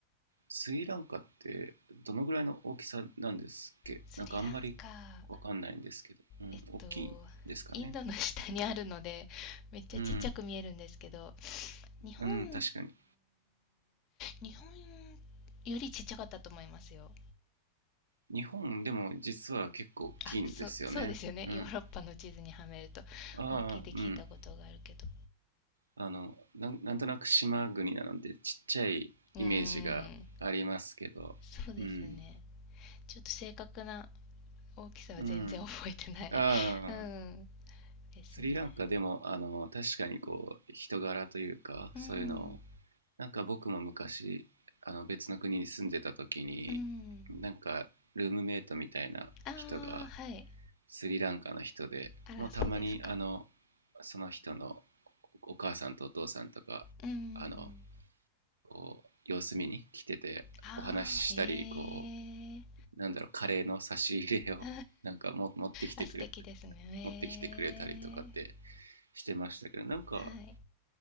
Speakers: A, on the right; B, on the left.
A: スリランカってどのぐらいの大きさなんですっけなんかあんまり
B: スリランカ
A: わかんないんですけど。うん。
B: えっとインドの下にあるのでめっちゃちっちゃく見えるんですけど
A: 大きいんですかね。うん。
B: 日本
A: うん、確かに。
B: 日本よりちっちゃかったと思いますよ
A: 日本でも実は結構大きいんですよね。
B: あそそうですよねヨーロッパの地図にはめると大きいって聞いたことがあるけど
A: うん。ああ、うん。あの、なん、なんとなく島国なのでちっちゃいイメージがありますけど、
B: うーんそうですよね。
A: うん、
B: ちょっと正確な大きさは全然覚えてない
A: うん。ああ、
B: <laughs> うん。ですね。
A: スリランカでも、あの、確かにこう、人柄というか、
B: うん。
A: そういうのを、なんか僕も昔、あの、別の国に住んでた時に、
B: うん。
A: なんか、ルームメイトみたいな人が、
B: ああ、はい。
A: スリランカの人で、
B: あら、
A: もうたまに、
B: そうですか。
A: あの、その人のお母さんとお父さんとか、
B: うん。
A: あの、こう様子見に来ててお話ししたりこ
B: ああ、へえ。うん
A: うなんだろうカレーの差し入れを
B: <laughs>
A: <laughs> なんかも持ってきてくれ
B: あ、素敵ですね。
A: 持ってきてくれたりとかって
B: へえ。
A: してましたけどなんか
B: はい。